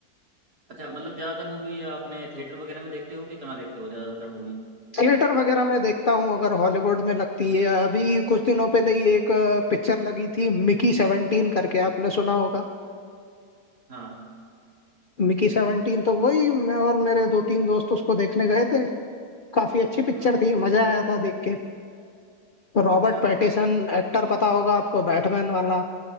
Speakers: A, on the right (about 55°); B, on the left (about 60°).
A: अच्छा मतलब ज्यादातर मूवी आपने थिएटर वगैरह में देखते हो कि कहाँ देखते हो ज्यादातर मूवी
B: थिएटर वगैरह में देखता हूँ अगर हॉलीवुड में लगती है अभी कुछ दिनों पहले ही एक पिक्चर लगी थी मिकी सेवनटीन करके आपने सुना होगा
A: हाँ
B: मिकी सेवनटीन तो वही मैं और मेरे दो तीन दोस्त उसको देखने गए थे काफी अच्छी पिक्चर
A: हम्म
B: थी मजा आया था देख के रॉबर्ट
A: अच्छा
B: पैटिसन एक्टर पता होगा आपको बैटमैन वाला